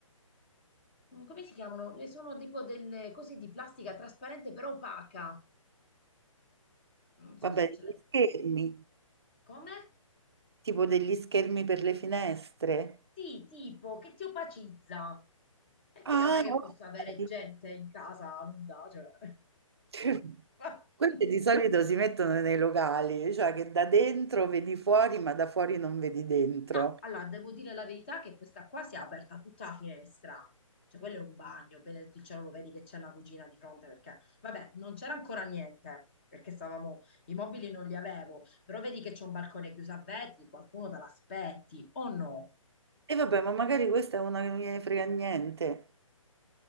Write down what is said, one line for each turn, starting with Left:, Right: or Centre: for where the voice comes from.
Left: mm, come si chiamano? Eh, Sono tipo delle cose di plastica trasparente però opaca. Non so
Right: Vabbè,
Left: se
Right: degli
Left: ce l'hai.
Right: schermi,
Left: Come?
Right: tipo degli schermi per le finestre.
Left: Sì, tipo che ti opacizza. Perché
Right: Ah,
Left: non è che
Right: ok.
Left: posso avere gente in casa nuda, cioè.
Right: <laughs>
Left: <laughs>
Right: Quelli di solito si mettono nei locali, cioè che da dentro vedi fuori, ma da fuori non vedi dentro.
Left: No, allora devo dire la verità che questa qua si è aperta tutta la finestra. Cioè, quello è un bagno, benedetto il cielo, lo vedi che c'è una cucina di fronte perché, vabbè, non c'era ancora niente perché stavamo, i mobili non li avevo, però vedi che c'è un balcone chiuso a vetri, qualcuno te l'aspetti o no?
Right: E vabbè, ma magari questa è una che non gliene frega niente.